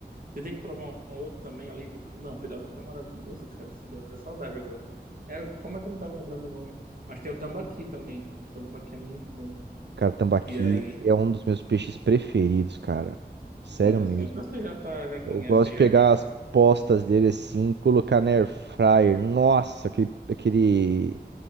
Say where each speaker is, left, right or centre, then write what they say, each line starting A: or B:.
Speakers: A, on the right; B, on the right.
A: Você tem que provar um outro também ali. Não, pirarucu é maravilhoso, cara. Assim, deu até saudade agora. É, como é que eu não tava lembrando o nome? Mas tem o tambaqui também. O tambaqui é muito bom.
B: Cara, tambaqui
A: E aí,
B: é um dos meus peixes preferidos, cara. Sério
A: olha
B: mesmo.
A: só, então você já tá, já conhece
B: Eu gosto
A: aí
B: de pegar
A: a, a-
B: as postas dele assim, colocar na air fryer. Nossa, aquele, aquele,